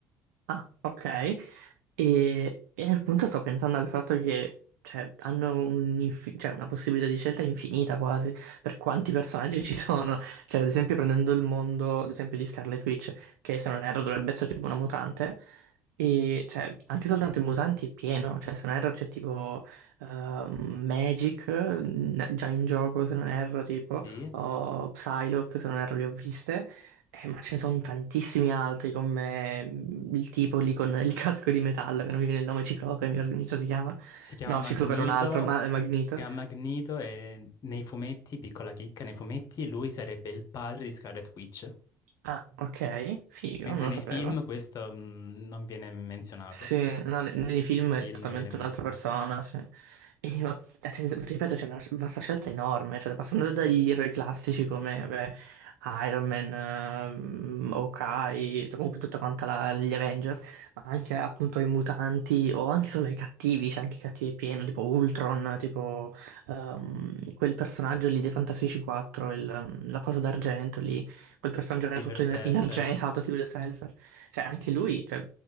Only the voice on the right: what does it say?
Ah, ok. E, e appunto sto pensando al fatto che cioè, hanno un infi- cioè, una possibilità di scelta infinita quasi per quanti personaggi ci sono. Cioè, ad esempio, prendendo il mondo, ad esempio, di Scarlet Witch, che se non erro dovrebbe essere tipo una mutante, e cioè, anche soltanto i mutanti è pieno. Cioè, se non erro c'è tipo ehm, Magic n- già in gioco, se non erro, tipo,
o Psylocke, se non erro, le ho viste. Eh, ma ce ne sono tantissimi altri come mm, il tipo lì con il casco di metallo, che non mi viene il nome Ciclope, mi mi sa si chiama.
No,
Ciclope era un altro, ma è Magneto.
Ah, ok, figo,
non lo
sapevo.
Sì, no, ne- nei film è
totalmente
un'altra persona, sì. E, ma, cioè, ripeto, c'è una vasta scelta enorme, cioè, passando dagli eroi classici come vabbè, Iron Man, ehm, Hawkeye, cioè, comunque tutta quanta la- gli Avenger, ma anche appunto i mutanti o anche solo i cattivi, c'è anche i cattivi pieno, tipo Ultron, tipo ehm, quel personaggio lì dei Fantastici 4, il, ehm, la cosa d'argento lì, quel personaggio che
era tutto
in, in argento, esatto, Silver Surfer. Cioè, anche lui, cioè,